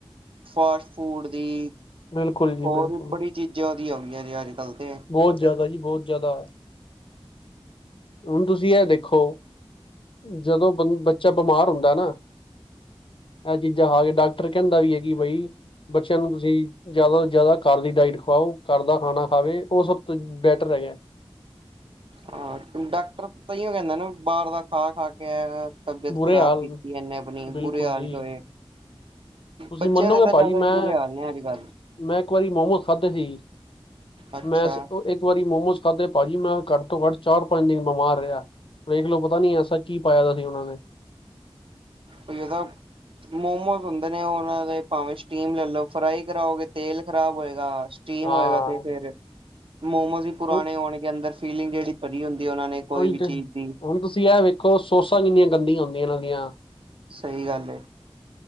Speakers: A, on the right; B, on the left.
A: ਫਾਸਟ ਫੂਡ ਦੀ।
B: ਬਿਲਕੁਲ ਜੀ
A: ਹੋਰ
B: ਬਿਲਕੁਲ
A: ਵੀ ਬੜੀ ਚੀਜ਼ਾਂ ਉਹ ਦੀਆਂ ਹੋ ਗਈਆਂ ਜੇ ਅੱਜ ਕੱਲ ਤੇ।
B: ਬਹੁਤ ਜਾਦਾ ਜੀ ਬਹੁਤ ਜਾਦਾ। ਹੁਣ ਤੁਸੀਂ ਇਹ ਦੇਖੋ ਜਦੋਂ ਬੰ ਬੱਚਾ ਬਿਮਾਰ ਹੁੰਦਾ ਨਾ। ਇਹ ਚੀਜ਼ਾਂ ਖਾ ਕੇ ਡਾਕਟਰ ਕਹਿੰਦਾ ਵੀ ਹੈ ਕਿ ਬਈ ਬੱਚਿਆਂ ਨੂੰ ਤੁਸੀਂ ਜਾਦਾ ਤੋਂ ਜਾਦਾ ਘਰ ਦੀ ਡਾਇਟ ਖਵਾਓ। ਘਰ ਦਾ ਖਾਣਾ ਖਾਵੇ ਉਹ ਸਭ ਤੋਂ ਬੈਟਰ ਹੈਗਾ।
A: ਹਾਂ ਡਾਕਟਰ ਤਾਂਈਓ ਕਹਿੰਦਾ ਨਾ ਬਾਰ ਦਾ ਖਾ-ਖਾ ਕੇ ਤਬੀਅਤ
B: ਬੁਰੇ
A: ਖ਼ਰਾਬ
B: ਹਾਲ
A: ਕੀਤੀ ਇਹਨੇ ਆਪਣੀ
B: ਬਿਲਕੁਲ
A: ਬੁਰੇ ਹਾਲ
B: ਜੀ
A: ਜੋ ਹੋਏ।
B: ਤੁਸੀਂ
A: ਬੱਚਿਆਂ
B: ਮੰਨੋਗੇ
A: ਦੇ ਤਾਂ
B: ਭਾਜੀ
A: ਜਾਦਾ ਹੀ
B: ਮੈਂ
A: ਬੁਰੇ ਹਾਲ ਨੇ ਅੱਜ ਕੱਲ।
B: ਮੈਂ ਇੱਕ ਵਾਰੀ ਮੋਮੋਸ ਖਾਧੇ ਸੀ
A: ਅੱਛਾ
B: ਮੈਂ ਸਭ ਤੋਂ ਇੱਕ ਇੱਕ ਵਾਰੀ ਮੋਮੋਸ ਖਾਧੇ ਭਾਜੀ ਮੈਂ ਘੱਟ ਤੋਂ ਘੱਟ ਚਾਰ ਪੰਜ ਦਿਨ ਬਿਮਾਰ ਰਿਹਾ ਵੇਖਲੋ ਪਤਾ ਨੀ ਐਸਾ ਕੀ ਪਾਇਆ ਦਾ ਸੀ ਉਹਨਾਂ ਨੇ।
A: ਕੋਈ ਏਸਾ ਮੋਮੋਸ ਹੁੰਦੇ ਨੇ ਉਹ ਉਹਨਾਂ ਦੇ ਭਾਵੇਂ ਸਟੀਮ ਲੈ ਲਓ ਫਰਾਈ ਕਰਾਓਗੇ ਤੇਲ ਖ਼ਰਾਬ ਹੋਏਗਾ। ਸਟੀਮ
B: ਹਾਂ
A: ਹੋਏਗਾ ਤੇ ਫੇਰ ਮੋਮੋਜ਼ ਹੀ ਪੁਰਾਣੇ
B: ਉਹ-
A: ਹੋਣਗੇ ਅੰਦਰ ਫੀਲਿੰਗ ਜਿਹੜੀ ਭਰੀ ਹੁੰਦੀ ਹੈ ਉਹਨਾਂ ਨੇ ਕੋਈ
B: ਉਹੀ
A: ਵੀ
B: ਤੇ
A: ਚੀਜ਼ ਦੀ
B: ਹੁਣ ਤੁਸੀ ਇਹ ਵੇਖੋ ਸੋਸਾ ਕਿੰਨੀਆਂ ਗੰਦੀਆਂ ਹੁੰਦੀਆਂ ਇਹਨਾ ਦੀਆ।
A: ਸਹੀ ਗੱਲ ਐ।